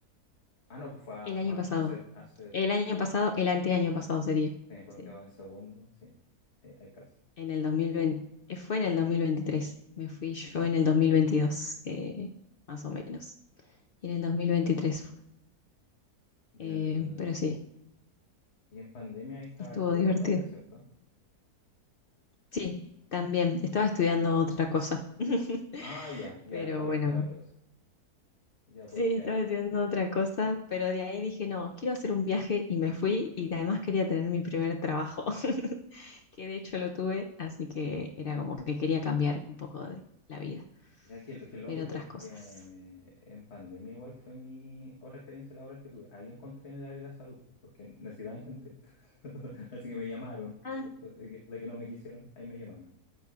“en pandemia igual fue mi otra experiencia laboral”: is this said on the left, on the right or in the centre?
Left